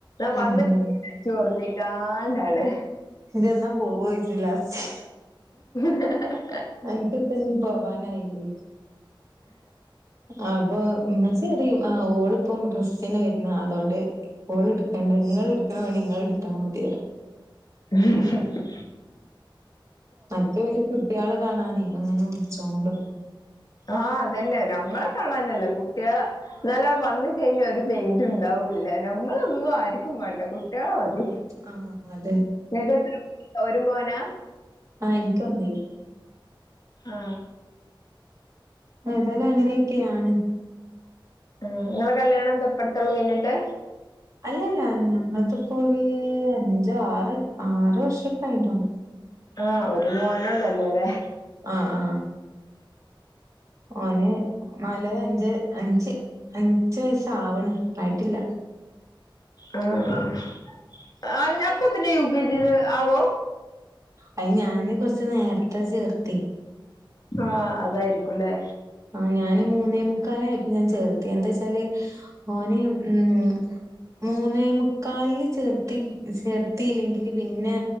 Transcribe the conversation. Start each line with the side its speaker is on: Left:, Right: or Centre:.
Left: വന്ന
Right: ആഹ് ആഹ്
Left: ചോറിനേ ാനാണ്
Right: ഇ എന്നാ പോവ ഇിലാസ്
Left: ഹ് ഹ് ഹ്
Right: അൻപത്തൊന്ന് ഭവാൻ ആയില്ലേ അപ്പൊ ഇന്നൽസതേ ആ ഓളിപ്പം മുഹ്‌സീന വരുന്നു അതോണ്ട് ഓള് എടുത്തേണ്ട ഇങ്ങള് എടു <unintelligible> മണി നിങ്ങൾ എടുത്താ മതിയാ
Left: ഉം ഹും ഹും
Right: മറ്റ് വല്യ കുട്ടികളെ കാണാനേ അങ്ങനെ ഒന്നും ചോണ്ടക്ക
Left: ആ അതന്നെ ഞമ്മളെ കാണാനല്ല കുട്ടികളെ ഇന്നല വന്ന് കഴിഞ്ഞ ഒരു മൈയിന്റ് ഉണ്ടാവൂല്ല നമ്മളൊന്നും ആരിക്കും വേണ്ട കുട് ഏ അത്
Right: ആഹ് അതെ
Left: ഏതൊക്ക ഒരു മോനാ
Right: ആ എനിക്ക് വന്നീർ
Left: ആ
Right: ഏതായാലും അങ്ങനെയെക്കെയാണ്
Left: ഉം നിങ്ങൾടകല്യാണം തൊട്ടടുത്തുള്ളത് കഴിഞ്ഞിട്ട്
Right: അല്ലല്ല നിങ്ങൾത്തിപ്പൊരു അഞ്ച് ആറ് ആറ് വർഷൊക്കെ കഴിഞ്ഞിട്ടുണ്ടാവും
Left: ആ ഒരു മോനുള്ളൂ അല്ലാതെ
Right: അ ആ ഓന് നാലര അഞ്ച് അഞ്ച് അഞ്ച് വയസാവണ് ആയിട്ടില്ല
Left: ആ അറിഞ്ഞപ്പത്തന്നെ യു കെ ജി ല് ആവോ
Right: അയി ഞാന് കുറച്ച് നേരത്തെ ചേർത്തി
Left: ആ അതായിരിക്കൂല്ലേ
Right: ആ ഞാന് മൂന്നേ മുക്കാലായപ്പൊഴെ ചേർത്തി എന്താ ച്ചാല് ഓന് ഉം മൂന്നേ മുക്കാലില് ചേർത്തി ചേർത്തിയില്ലെങ്കിൽ പിന്നെ